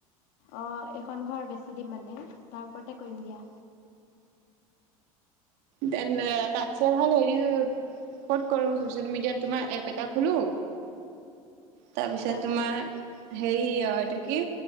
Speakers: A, on the left; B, on the right.
A: অ', এইখন ঘৰ বেছি দিম মানে তাৰ ওপৰতে কৰিম দিয়া।
B: ডেন তাতছে ভাল হেৰি ক'ত কৰোঁ চচিয়েল- -মিডিয়াত তোমাৰ এপ এটা, খুলো তাৰপিছত
A: এপ
B: তোমাৰ, - হেৰী ইয়া এইটো কি?